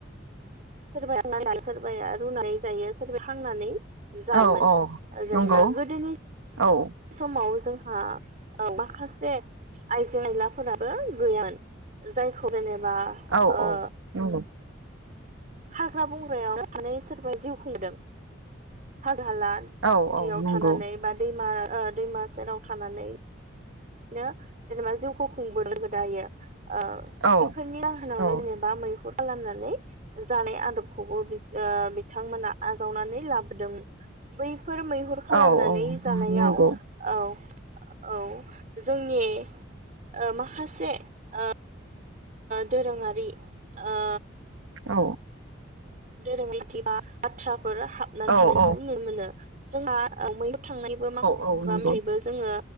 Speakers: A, on the right; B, on the right.
A: सोरबाया सोरबाया रुनानै जायो सोरबाया हांनानै जायोमोन
B: औ औ
A: जेनेबा
B: नंगौ
A: गोदोनि
B: औ
A: समाव जोंहा माखासे आइजें-आयलाफोराबो गैयामोन जायखौ जेनेबा बा
B: औ
A: ओ
B: औ नंगौ
A: हाग्रा-बंग्रायाव थांनानै सोरबाया जिउ खुंदों जाला
B: औ
A: खाथियाव
B: औ नंगौ
A: थानानै बा दैमा ओ दैमा सेराव थानानै बिनो जेनेबा जिउखौ खुंबोदों गोदोयो ओ
B: औ
A: बिफोरनि जाहोनावनो
B: औ
A: जेनेबा मैहुर खालामनानै जानाय आदबखौबो बिथांमोना आजावनानै लाबोदों बै फोर मैहुर खालामनानै
B: औ औ
A: जानायाव
B: नंगौ
A: औ औ जोंनि ओ माखासे ओ दोरोङारि ओ
B: औ
A: दाथ <unintelligible> फोर हाबनानै
B: औ
A: थानायखौ
B: औ
A: नुनो मोनो जोंहा मैहुर थांनायबो माखासेखौबा
B: औ
A: <unintelligible> ओमफ्रायबो
B: नंगौ
A: <unintelligible> जोङो